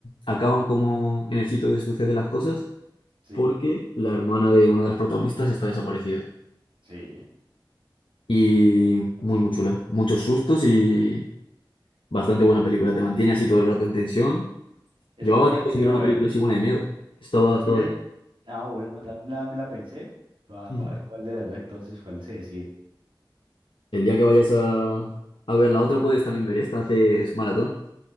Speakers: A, on the left (about 85°); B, on the right (about 80°).
A: acaban como en el sitio donde suceden las cosas
B: sí,
A: porque la hermana de una de las protagonistas está desaparecida.
B: sí.
A: Y muy, muy chula. Muchos sustos y bastante buena película. Te mantiene así todo el rato en tensión.
B: Esa
A: Llevaba
B: también
A: tiempo
B: la quería
A: sin ver una
B: ver.
A: película así buena de miedo. Estaba,
B: Sí,
A: estaba
B: es-
A: bien.
B: ah, bueno, no, también la, me la pensé. Va,
A: Ujú.
B: va a ver cuál de las dos entonces, cuál se decide.
A: El día que vayas a, a ver la otra puedes también ver esta. Haces maratón.